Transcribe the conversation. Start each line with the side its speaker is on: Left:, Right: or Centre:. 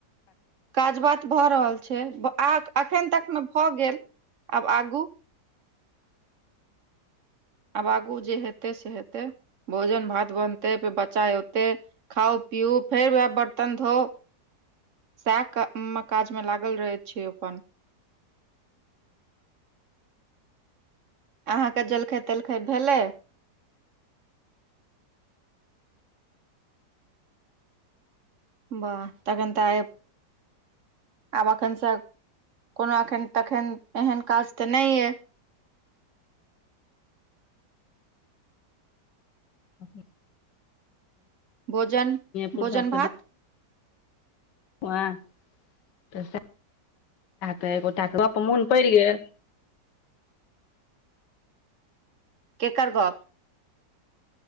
Right: काज बात भऽ रहल छै आ अखन तक मे भऽ गेल आब आगू आब आगू जे हेतै से हेतै भोजन भात बनतै फेर बच्चा अयोतै खाउ पिउ फेर वएह बर्तन धो सएह काज मे लागल रहैत छै अपन अहाँके जलखै तेलखै भेलै? बाह तखन तऽ आयब <unintelligible> आबखनस कोनो एखन तखन एहन काज तऽ नहि अ
Left: ह
Right: भोजन
Left: फुरसत
Right: भोजन भात
Left: वाह तऽ स सएऽ एकोटाके गप मोन पड़ि गेल।
Right: केकर गप